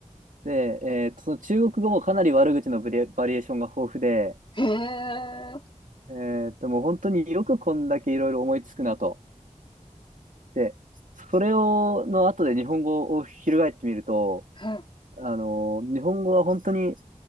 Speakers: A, on the right; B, on the left.
A: で、えっと、その中国語もかなり悪口のブレバリエーションが豊富で、
B: へー、
A: えっと、もう本当によくこんだけいろいろ思いつくなと。で、それを、の後で日本語を翻ってみると、
B: うん
A: あの、日本語は本当に